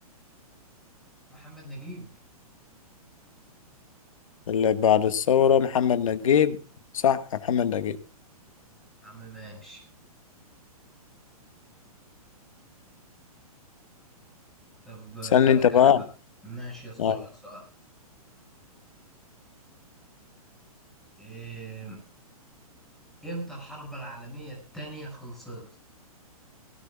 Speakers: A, in the centre; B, on the left.
A: محمد نجيب يا
B: اللي بعد الثورة محمد نجيب صح محمد نجيب
A: عم ماشي طب اسالك
B: سألني انت بقى
A: انا بقى ماشي اسالك
B: ايوه
A: لك سؤال إيه... امتى الحرب العالميه التانية خلصت